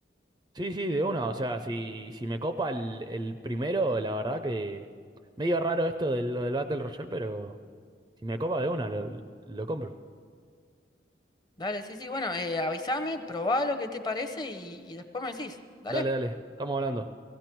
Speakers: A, on the right (about 20°); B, on the left (about 20°).
A: Sí, sí, de una, o sea, si, si me copa el, el primero, la verdad que medio raro esto de lo del Battle Royale, pero... Si me copa de una, lo, lo compro.
B: Dale, sí, sí, bueno, eh, avísame, probá lo que te parece y, y después me decís, dale.
A: Dale, dale, estamos hablando.